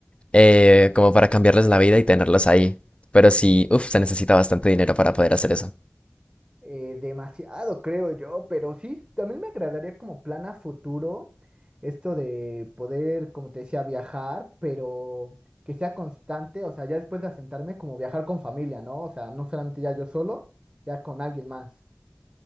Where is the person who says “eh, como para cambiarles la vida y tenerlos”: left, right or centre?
Left